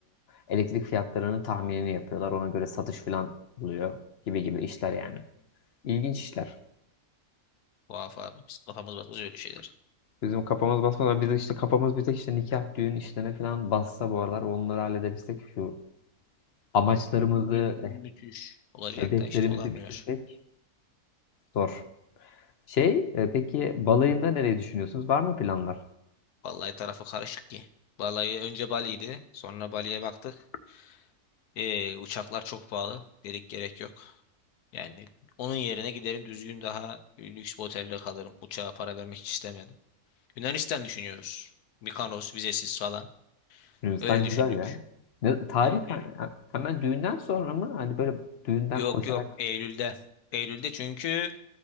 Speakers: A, on the left; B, on the left.
A: e, elektrik fiyatlarının tahminini yapıyorlar. Ona göre satış falan oluyor gibi gibi işler yani. İlginç işler.
B: Tuhaf abi. Biz kafamız basmaz öyle şeyler.
A: Bizim kafamız basmadan biz işte kafamız bir tek işte nikah, düğün işlerine falan bassa bu aralar onları halledebilsek şu amaçlarımızı,
B: Mü- müthiş. Olacak
A: hedeflerimizi
B: da işte olamıyor.
A: bitirsek zor. Şey, e, peki balayında nereyi düşünüyorsunuz? Var mı planlar?
B: Vallahi tarafı karışık ki. Vallahi önce Bali'ydi. Sonra Bali'ye baktık. Ee, uçaklar çok pahalı. Dedik gerek yok. Yani onun yerine giderim düzgün daha lüks bir otelde kalırım. Uçağa para vermek hiç istemedim. Yunanistan düşünüyoruz. Mikanos vizesiz falan.
A: Yunanistan
B: Öyle düşündük.
A: güzel ya. Ne, tarih
B: E, gü-
A: ha- ha- hemen düğünden sonra mı? Hani böyle düğünden
B: yok
A: koşarak.
B: yok Eylül'de. Eylül'de çünkü